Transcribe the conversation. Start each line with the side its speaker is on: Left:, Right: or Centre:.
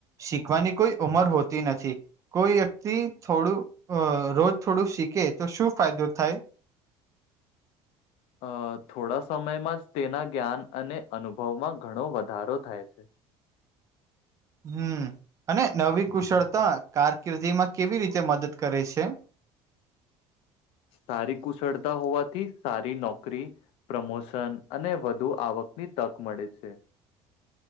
Right: શીખવાની કોઈ ઉમર હોતી નથી. કોઈ વ્યક્તિ થોડું અ રોજ થોડું શીખે તો શું ફાયદો થાય.
Left: અ થોડા સમયમાં જ તેના જ્ઞાન અને અનુભવમાં ઘણો વધારો થાય
Right: હમ્મ અને નવી કુશળતા કારકિર્દી માં કેવી રીતે મદદ કરે છે.
Left: સારી કુશળતા હોવાથી સારી નોકરી પ્રમોશન અને વધુ આવકની તક મળે છે.